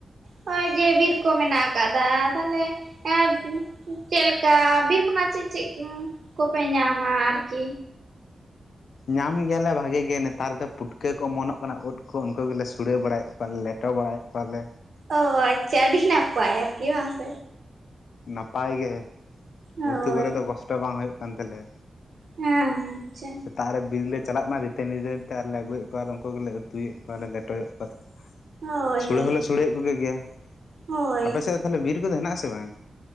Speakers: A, on the right; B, on the left.
A: ᱦᱚᱜᱼᱚᱭ ᱡᱮ ᱵᱤᱨ ᱠᱚ ᱢᱮᱱᱟᱜ ᱟᱠᱟᱜᱫᱟ ᱛᱟᱦᱚᱞᱮ ᱮᱸ ᱪᱮᱜ ᱞᱮᱠᱟ ᱵᱤᱨ ᱠᱷᱚᱱᱟᱜ ᱪᱮᱫ ᱪᱮᱫ ᱠᱚ ᱯᱮ ᱧᱟᱢᱟ ᱟᱨᱠᱤ?
B: ᱧᱟᱸᱢ ᱜᱮᱭᱟᱞᱮ ᱵᱷᱟᱜᱮ ᱜᱮ ᱱᱮᱛᱟᱨ ᱫᱚ ᱯᱩᱴᱠᱟᱹ ᱠᱚ ᱚᱢᱚᱱᱚᱜ ᱠᱟᱱᱟ ᱳᱫ ᱠᱚ ᱳᱱᱠᱳ ᱜᱮᱞᱮ ᱥᱩᱲᱟᱹ ᱵᱟᱲᱟᱭᱮᱜ ᱠᱚᱣᱟ ᱞᱮᱴᱚ ᱵᱟᱲᱟᱭᱮᱜ ᱠᱚᱣᱟᱞᱮ᱾
A: ᱚᱸ ᱟᱪᱪᱷᱟ ᱟᱹᱰᱤ ᱱᱟᱯᱟᱭ ᱟᱨᱠᱤ ᱵᱟᱝ ᱥᱮ?
B: ᱱᱟᱯᱟᱭ ᱜᱮ,
A: ᱦᱳᱭ
B: ᱩᱛᱩ ᱠᱚᱨᱮ ᱫᱚ ᱠᱚᱥᱴᱚ ᱵᱟᱝ ᱦᱳᱭᱳᱜ ᱠᱟᱱ ᱛᱟᱞᱮᱭᱟ᱾
A: ᱦᱮᱸ ᱟᱪᱪᱷᱟ᱾
B: ᱥᱮᱛᱟᱜ ᱨᱮ ᱵᱤᱨ ᱞᱮ ᱪᱟᱞᱟᱜ ᱢᱟ ᱫᱤᱛᱟᱹᱱᱤ ᱫᱤᱛᱟᱹᱱᱤ ᱛᱮ ᱟᱨ ᱞᱮ ᱟᱹᱜᱩᱭᱮᱫ ᱠᱚᱣᱟ ᱟᱨ ᱩᱝᱠᱩ ᱜᱮᱞᱮ ᱩᱛᱩ ᱭᱮᱫ ᱠᱚᱣᱟᱞᱮ ᱞᱮᱴᱚᱭᱮᱜ ᱠᱚᱣᱟ ᱞᱮ᱾
A: ᱦᱳᱭ
B: ᱥᱳᱲᱮ
A: ᱦᱳᱭ
B: ᱦᱚᱸ ᱞᱮ ᱥᱳᱲᱮ ᱭᱮᱫ ᱠᱚ ᱜᱮ ᱜᱮᱭᱟ
A: ᱦᱳᱭ
B: ᱟᱯᱮ ᱥᱮᱫ ᱫᱚ ᱛᱟᱞᱦᱮ ᱵᱤᱨ ᱠᱚ ᱫᱚ ᱦᱮᱱᱟᱜ-ᱟ ᱥᱮ ᱵᱟᱝ?